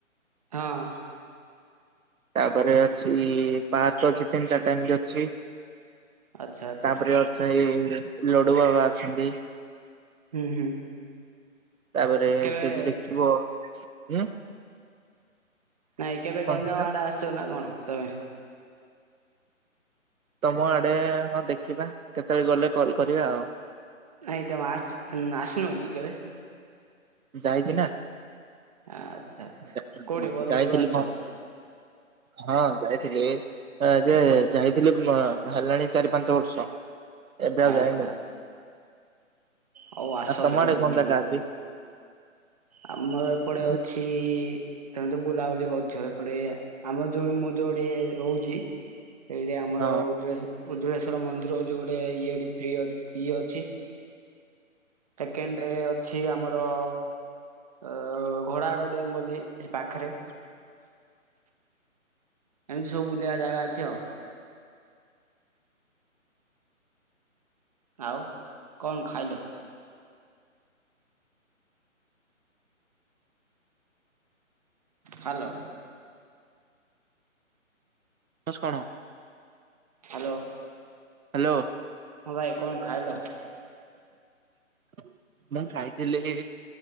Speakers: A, on the right; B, on the right.
A: ହଁ।
B: ତାପରେ ଅଛି <unintelligible> ଅଛି ତିନି ଚାରିଟା ଏମିତି ଅଛି।
A: ଆଚ୍ଛା ଆଚ୍ଛା
B: ତାପରେ <unintelligible> ଲଡୁ ବାବା ଅଛନ୍ତି।
A: ହୁଁ ହୁଁ।
B: ତାପରେ
A: କେବେ
B: ଯଦି ଦେଖିବ ହୁଁ।
A: ନାଇଁ କେବେ
B: କଣ
A: ଗଞ୍ଜାମ
B: କହିଲ
A: ଆଡେ ଆସିଚ ନା କଣ ତମେ?
B: ତମ ଆଡେ ହଁ ଦେଖିବା କେତେବେଳେ ଗଲେ କଲ୍ କରିବା ଆଉ।
A: ନାଇଁ ତମେ ଆସଚ ଆସିନ କି କେବେ?
B: ଯାଇଚି ନା।
A: ଆଚ୍ଛା ଆଛା
B: ଯା-
A: କୋଉଠି ବରଂପୁର
B: ଯାଇଥିଲି
A: ଆସିଚ?
B: ମ- ହଁ ଯାଇଥିଲି। ଏ ହଁ ଯେ ଯାଇଥିଲି ବା ହେଲାଣି ଚାରି ପାଞ୍ଚ ବର୍ଷ। ଏବେ ଆଉ
A: ଆଚ୍ଛା
B: ଯାଇନି।
A: ଆଚ୍ଛା ହଉ ଆସ
B: ଆ ତମ
A: କେବେ
B: ଆଡେ
A: ବୁଲିକି
B: କଣ ଜାଗା
A: ଯିବ।
B: ଅଛି?
A: ଆମର ଏପଟେ
B: ମୁଁ
A: ଅଛି ତମେ ତ ବୁଲାବୁଲି କରୁଥିବ ଏପଟେ ଆମର ଯୋଉ ମୁଁ ଯୋଉଠି ରହୁଚି ଏଇଠି ଆମର
B: ହଁ
A: ଉଜଳେଶ ଉଜଳେଶ୍ଵର ମନ୍ଦିର ବୋଲି ଗୋଟେ ଇଏ ଟି ଫ୍ରି ଅ ଫ୍ରି ଅଛି। ସେକେଣ୍ଡ ରେ ଅଛି ଆମର ଅ ଘୋଡ଼ାହାଡ ଡ୍ୟାମ୍ ବୋଲି ସେ ପାଖରେ। ଏମିତି ସବୁ ବୁଲିବା ଜାଗା ଅଛି ଆଉ। ଆଉ କଣ ଖାଇଲ? ହାଲୋ।
B: ଫାସ୍ କଣ?
A: ହାଲୋ।
B: ହାଲୋ।
A: ହଁ ଭାଇ କଣ ଖାଇଲ?
B: <inaudible> ମୁଁ ଖାଇଥିଲି କି